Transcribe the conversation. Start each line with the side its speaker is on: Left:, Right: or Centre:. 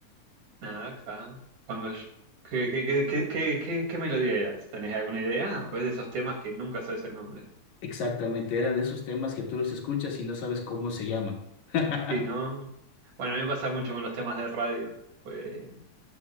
Right: Nada, acá. Cuando yo- ¿Qué, qué, qué, qué, qué, qué- qué melodía eras? ¿Tenés alguna idea? ¿O es de esos temas que nunca sabes el nombre?
Left: Exactamente, eran de esos temas que tú los escuchas y no sabes cómo se llaman. <laughs>
Right: Sí, ¿no? Bueno, a mí me pasa mucho con los temas de radio. Pues